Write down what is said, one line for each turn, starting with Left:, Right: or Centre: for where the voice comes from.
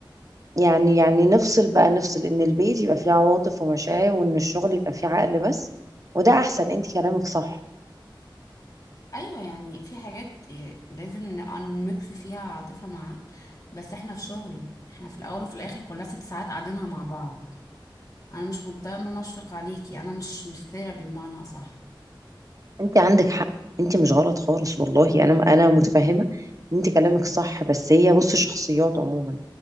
Right: يعني يعني نفصل بقى نفصل ان البيت يبقى فيه عواطف ومشاعر وان الشغل يبقى فيه عقل بس وده احسن انت كلامك صح
Left: ايوه يعني في حاجات لازم نبقى نميكس فيها عاطفه مع عقل. بس احنا في شغل احنا في الاول وفي الاخر كلها ست ساعات قاعدينها مع بعض انا مش مضطره ان انا اشفق عليكي انا مش مش ثيرابي بمعنى اصح
Right: انت عندك حق انت مش غلط خالص والله انا انا متفهمه ان انت كلامك صح بس هي بص شخصيات عموما